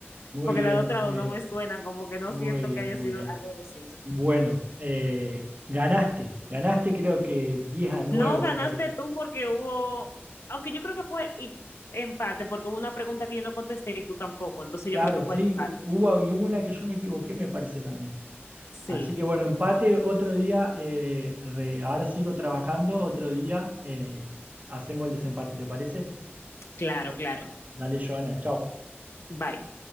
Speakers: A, on the right (about 40°); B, on the left (about 75°).
A: Muy
B: Porque
A: bien,
B: las otras
A: muy
B: dos
A: bien,
B: no me suenan. Como que no
A: muy
B: siento
A: bien,
B: que haya
A: muy
B: sido
A: bien.
B: algo de los Simpsons.
A: Bueno, eh, ganaste, ganaste creo que 10 a 9
B: No
A: me
B: ganaste
A: parece.
B: tú porque hubo. Aunque yo creo que fue i- empate. Porque hubo una pregunta que yo no contesté y tú tampoco. Entonces,
A: Claro,
B: yo creo que
A: sí,
B: fue empate.
A: hu- hubo, y hubo una que yo me equivoqué me parece también.
B: Sí.
A: Así que bueno, empate, otro día, eh, re- ahora sigo trabajando, otro día eh, hacemos el desempate, ¿te parece?
B: Claro, claro.
A: Dale, Joana, chao.
B: Bye.